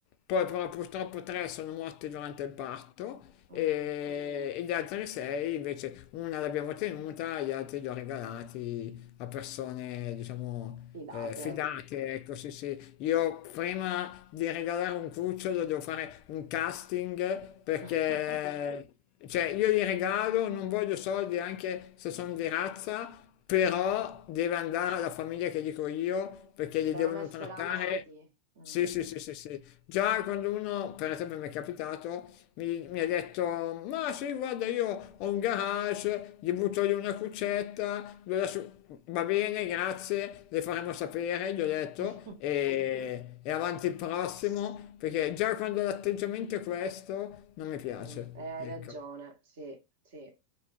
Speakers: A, on the left; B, on the right.
A: poi però purtroppo tre sono morti durante il parto
B: Mm,
A: e, e gli altri sei invece una l'abbiamo tenuta, gli altri li ho regalati a persone, diciamo,
B: Fidate.
A: eh, fidate, ecco sì sì. Io prima di regalare un cucciolo devo fare un casting perché...
B: <laughs>
A: Cioè, io li regalo, non voglio soldi anche se sono di razza, però deve andare alla famiglia che dico io perché li
B: Devono
A: devono
B: essere
A: trattare.
B: amati. Mm.
A: Sì, sì, sì, sì, sì. Già quando uno, per esempio, mi è capitato, mi, mi ha detto: Ma sì, guarda, io ho un garage, gli butto lì una cuccetta, lo lascio- va bene, grazie, le faremo sapere, gli ho detto,
B: <laughs>
A: e, e avanti il prossimo, perché già quando l'atteggiamento è questo, non mi piace.
B: Mm, Hai
A: Ecco,
B: ragione, sì, sì.